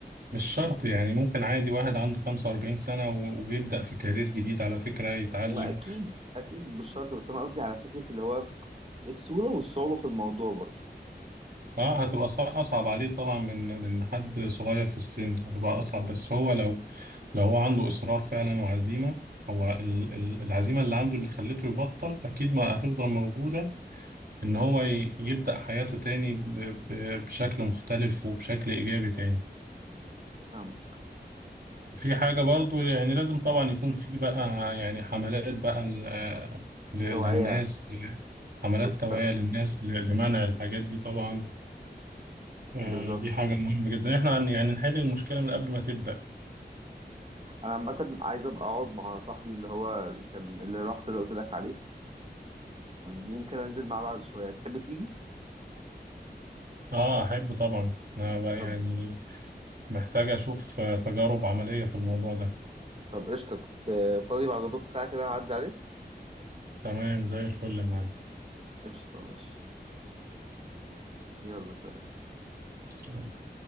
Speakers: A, on the right; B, on the right.
A: مش شرط يعني ممكن عادي واحد عنده 45 سنة و- ويبدأ في كارير جديد على فكرة يتعلم
B: هو اكيد اكيد مش شرط بس انا قصدي على فكره اللي هو السهوله والصعوبه في الموضوع برضه
A: اه هتبقى ص- اصعب عليه طبعا من من حد صغير في السن هتبقى اصعب
B: م?
A: بس هو لو لو هو عنده اصرار فعلا وعزيمه هو ال- ال- العزيمه اللي عنده اللي خلته يبطل اكيد ما هتفضل موجوده ان هو ي- يبدا حياته تاني ب- ب- بشكل مختلف وبشكل ايجابي تاني
B: فاهمة
A: في حاجه برضو يعني لازم طبعا يكون في بقى يعني حملات بقى ل- ل-
B: توعيه
A: للناس حملات
B: بالت...
A: توعيه للناس ل- لمنع الحاجات دي طبعا آه،
B: بالظبط
A: دي حاجة مهمة جدا احنا عن- يعني نحل المشكلة من قبل ما تبدأ
B: انا عامه عايز ابقى اقعد مع صاحبي اللي هو اللي كان اللي رحت اللي قلت لك عليه فيمكن انزل معاه بعد شويه تحب تيجي
A: اه احب طبعا انا بقى
B: طب
A: يعني محتاج اشوف آه، تجارب عملية في الموضوع ده
B: طب قشطه ت- فاضي بعد نص ساعه كده هعدي عليك
A: تمام زي الفل يا معلم
B: قشطه ماشي يلا سلام
A: اتفقنا